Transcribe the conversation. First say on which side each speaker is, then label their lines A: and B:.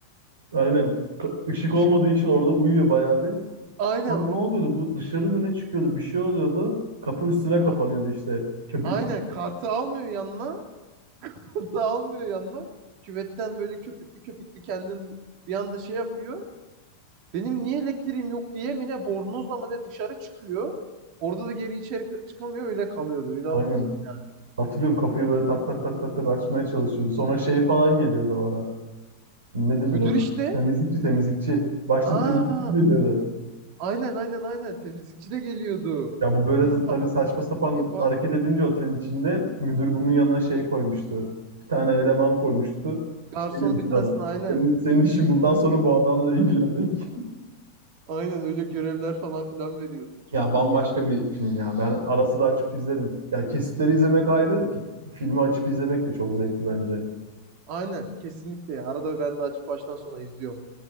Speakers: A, on the right (about 65°); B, on the right (about 45°).
A: Aynen. Ka- Işık
B: Işık.
A: olmadığı için orada uyuyor bayağı bir.
B: Aynen
A: Sonra
B: orada
A: ne oluyordu? Bu dışarı mı ne çıkıyordu? Bir şey oluyordu. Kapı üstüne kapanıyordu
B: ak-
A: işte. Köpük
B: aynen kartı almıyor yanına. <laughs> Kartı almıyor yanına. Küvetten böyle köpüklü köpüklü kendin bir anda şey yapıyor. Benim niye elektriğim yok diye mi ne bornozla mı ne dışarı çıkıyor. Orada da geri içeri çıkamıyor öyle kalıyordu öyle hatırlıyorum.
A: aynen. Hatırlıyorum kapıyı böyle tak tak tak tak tak açmaya çalışıyordu. Sonra şey falan geliyordu o ara. Ne denir
B: Müdür
A: ona?
B: işte.
A: Temizlikçi temizlikçi. Başta
B: Aa,
A: temizlikçi geliyordu.
B: aynen aynen aynen. Temizlikçi de geliyordu.
A: Ya bu böyle
B: Pis
A: z-
B: sapık
A: tabii saçma
B: pis sapık
A: sapan
B: diye bak.
A: hareket edince otelin içinde müdür bunun yanına şey koymuştu. Bir tane eleman koymuştu.
B: Garsonun
A: Şey demişti
B: bir tanesini
A: ona.
B: aynen.
A: Senin, senin işin bundan sonra bu adamla ilgilenmek.
B: Aynen öyle görevler falan filan veriyordu. Çok
A: Ya bambaşka
B: iyi ya.
A: bir film ya. Ben ara sıra açıp izlerim. Ya kesitleri izlemek ayrı, fi- filmi açıp izlemek de çok zevkli bence.
B: Aynen kesinlikle ya. Arada ben de açıp baştan sona izliyorum.